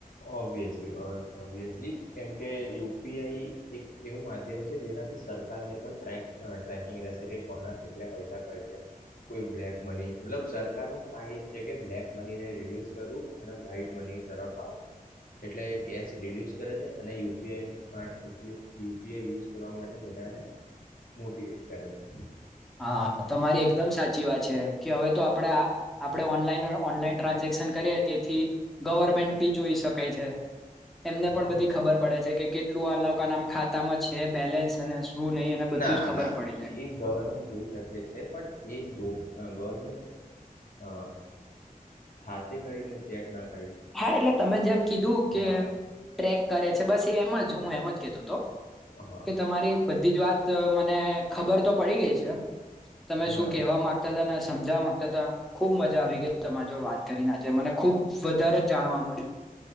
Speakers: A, on the left; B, in the centre.
A: ઓબ્વિયસલી ઓબ્વિયસલી કેમ કેય યુ પી આઈ એક એવું માધ્યમ છે જેનાથી સરકારને પણ ટક ટ્રેકિંગ રહેશે કે કોના કેટલા પૈસા ખર્ચા છે. કોઈ બ્લેક મની મતલબ સરકાર ન ટ જે કે બ્લેક મની ને રીડ્યુસ કરવું. અને વ્હાઈટ મની તરફ આવુ. એટલે કેશ રિડ્યુસ કરે છે અને U P I U P I use કરવા માટે બધાને મોટીવેટ કરે છે.
B: હા તમારી એકદમ સાચી વાત છે કે હવે તો આપડે આ આપડે ઓનલાઈન ઓનલાઈન ટ્રાન્ઝેક્શન કરીએ તેથી ગવર્મેન્ટ બી જોઈ શકાય છે. એમને પણ
A: સાચી
B: બધી ખબર પડે છે કે કેટલું આ લોકો નામ ખાતામાં છે બેલેન્સ અને શું નહીં અને બધું
A: ના
B: જ ખબર
A: ના
B: પડી જાય
A: એ ગવર્મેન્ટ જોઈ શકે છે, પણ એ જો ગવર્મેન્ટ અ હાથે કરીને ચેક નાખ
B: હા એટલે તમે જેમ કીધું કે
A: હા
B: ટ્રેક કરે છે બસ એ એમ જ હું એમ જ કેતોતો
A: હા
B: કે તમારી બધી જ વાત ત મને ખબર તો પડી ગઈ છે તમે
A: હા
B: શું કહેવા માંગતા હતા ને સમજવા માંગતા હતા ખુબ મજા આવી ગઈ તમા જોડે વાત કરીને આજે મને ખુબ <unintelligible> જાણવા મળ્યું.